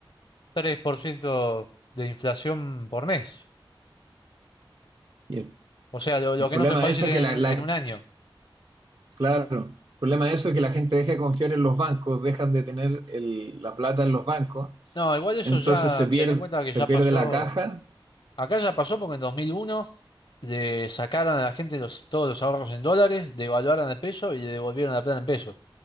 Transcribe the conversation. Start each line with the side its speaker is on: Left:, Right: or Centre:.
Left: 3% de inflación por mes.
Right: y el,
Left: O sea, lo, lo
Right: el
Left: que
Right: problema
Left: en otros países
Right: de eso
Left: tienen
Right: es que la, la-
Left: en un año.
Right: claro, el problema de eso es que la gente deja de confiar en los bancos, dejan de tener el- la plata en los bancos,
Left: No, igual eso
Right: entonces
Left: ya,
Right: se pierde,
Left: ten en cuenta
Right: se
Left: que ya
Right: pierde
Left: pasó,
Right: la caja.
Left: acá ya pasó porque en 2001 le sacaron a la gente los, todos los ahorros en dólares, devaluaron el peso y le devolvieron la plata en pesos.